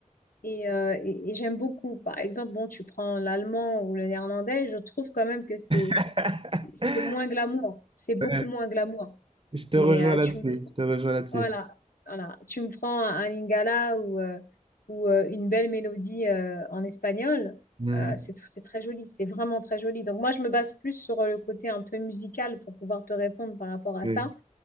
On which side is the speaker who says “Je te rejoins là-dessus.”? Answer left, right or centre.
Right